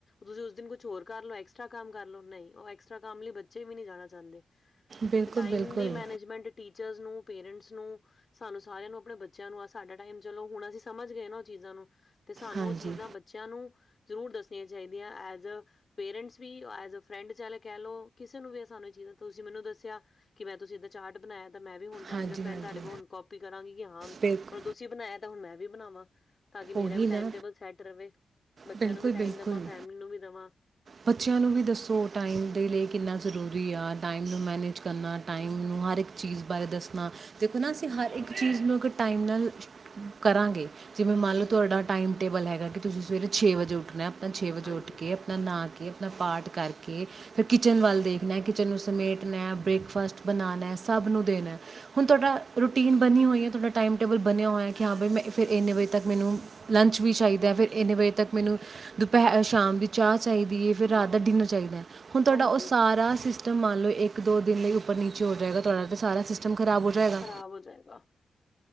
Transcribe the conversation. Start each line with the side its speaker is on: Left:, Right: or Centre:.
Left: ਤੁਸੀਂ ਉਸ ਦਿਨ ਕੁਛ ਹੋਰ ਕਰਲੋ ਐਕਸਟਰਾ ਕੰਮ ਕਰਲੋ ਉਹਕਸਮ ਲਈ ਬੱਚੇ ਵੀ ਨਹੀਂ ਜਾਣਾ ਚਾਹੁੰਦੇ
Right: ਬਿਲਕੁਲ
Left: ਟਮ
Right: ਬਿਲਕੁਲ
Left: ਦੀ ਮੈਨੇਜਮੈਂਟ ਟੀਚਰਸ ਨੂੰ ਪੇਰੈਂਟਸ ਨੂੰ ਸਾਨੂੰ ਸਾਰਿਆਂ ਨੂੰ ਆਪਣੇ ਬੱਚਿਆਂ ਨੂੰ ਸਾਡਾ ਟਾਈਮ ਚਲੋ ਹੁਣ ਅਸੀਂ ਸਮਝ ਗਏ ਨਾ ਉਹ ਚੀਜ਼ਾਂ ਨੂੰ ਤੇ ਸਾਨੂੰ
Right: ਹਾਂਜੀ
Left: ਉਹ ਚੀਜ਼ਾਂ ਬੱਚਿਆਂ ਨੂੰ ਜ਼ਰੂਰ ਦੱਸਣੀਆਂ ਚਾਹੀਦੀਆਂ ਐਜ ਆ ਪੇਰੈਂਟਸ ਵੀ ਐਜ ਫਰੈਂਡ ਚਾਹੇ ਕਹਿ ਲਓ ਕਿਸੇ ਨੂੰ ਵੀ ਸਾਨੂੰ ਚੀਜ਼ ਤੁਸੀਂ ਮੈਨੂੰ ਦੱਸਿਆ ਕਿ ਮੈਂ ਤੁਸੀਂ ਇਏਦਾਂ ਚਾਟ ਬਣਾਇਆ। ਮੈਂ ਵੀ ਹੁਣ ਤਾਂ
Right: ਹਾਂਜੀ
Left: ਐਜ ਆ ਫਰੈਂਡ
Right: ਹਾਂਜੀ
Left: ਤੁਡੇ ਕੋਲ ਹੁਣ ਕਪੀ ਕਰਾਂਗੀ ਕਿ ਹਾਂ ਮਤਲ
Right: ਬਿਲਕੁਲ
Left: ਤੁਸੀਂ ਬਣਾਇਆ ਤਾਂ ਹੁਣ ਮੈਂ ਵੀ ਬਣਾਵਾਾਂ। ਤਾਂ ਕਿ ਮੇਰਾ
Right: ਉਹੀ
Left: ਵੀ
Right: ਨਾ
Left: ਟਮ ਟੇਬਲ ਸੈਟ ਰਹੇ ਬੱਚਿਆਂ
Right: ਬਿਲਕੁਲ
Left: ਨੂੰ ਵੀ ਟਾਈਮ
Right: ਬਿਲਕੁਲ
Left: ਦੇਵਾਂ ਫੈਮਲੀ ਨੂੰ ਵੀ ਦੇਵਾਂ।
Right: ਬੱਚਿਆਂ ਨੂੰ ਵੀ ਦੱਸੋ ਟਾਈਮ ਦੇ ਲਈ ਕਿੰਨਾ ਜ਼ਰੂਰੀ ਆ। ਟਾਈਮ ਨੂੰ ਮੈਨੇਜ ਕਰਨਾ ਟਾਈਮ ਨੂੰ ਹਰ ਇੱਕ ਚੀਜ਼ ਬਾਰੇ ਦੱਸਣਾ ਦੇਖੋ ਨਾ ਅਸੀਂ ਹਰ ਇੱਕ ਚੀਜ਼ ਨੂੰ ਅ ਟ ਟਾਈਮ ਨਾਲ ਕਰਾਂਗੇ। ਵੇਂ ਮੰਨ
Left: ਹਾਂਜੀ
Right: ਲਓ ਤੁਹਾਡਾ ਟਾਈਮ ਟੇਬਲ ਹੈਗਾ ਕਿ ਤੁਸੀਂ ਸਵੇਰੇ ਛੇ ਵਜੇ ਉੱਠਣਾ ਆਪਣਾ ਛੇ ਵਜੇ
Left: ਹਾਂਜੀ
Right: ਉੱਠ ਕੇ ਆਪਣਾ ਨ ਆਪਣਾ ਪਾਠ ਕਰਕੇ ਫਿਰ ਕਿਚਨ ਵੱਲ ਦੇਖਣਾ ਕਿਚਨ ਨੂੰ ਸਮੇਟਣਾ ਬ੍ਰੇਕਫਾਸਟ ਬਣਾਉਣਾ। ਸਭ ਨੂੰ ਦੇਣਾ ਹੁਣ ਤੁਹਾਡਾ ਰੂਟੀਨ ਬਣੀ ਹੋਈ ਹੈ ਤੁਹਾਡਾ ਟਾਈਮ ਟੇਬਲ ਬਣਿਆ ਹੋਇਆ ਕਿ ਹਾਂ ਬਾਈ ਮ ਫਿਰ ਇੰਨੇ ਵਜੇ ਤੱਕ ਮੈਨੂੰ ਲੰਚ ਵੀ ਚਾਹੀਦਾ ਫਿਰ ਇੰਨੇ ਵਜੇ ਤੱਕ ਮੈਨੂੰ ਦੁਪਹਿਰ ਸ਼ਾਮ ਦੀ ਚਾਹ ਚਾਹੀਦੀ ਹੈ ਫਿਰ ਰਾਤ ਦਾ ਡਿਨਰ ਚਾਹੀਦਾ ਹੈ। ਹੁਣ ਤੁਹਾਡਾ
Left: ਹਾਂਜੀ
Right: ਉਹ ਸਾਰਾ ਸਿਸਟਮ ਮੰਨ ਲਓ ਇੱਕ ਦੋ ਦਿਨ ਲਈ ਉੱਪਰ ਨੀਚੇ ਹੋ ਜਾਏਗਾ ਤੁਹਾਡਾ ਤੇ ਸਾਰਾ ਸਿਸਟਮ ਖਰਾਬ ਹੋ ਜਾਏਗਾ
Left: ਖ਼ਰਾਬ ਹੋ ਜਾਏਗਾ।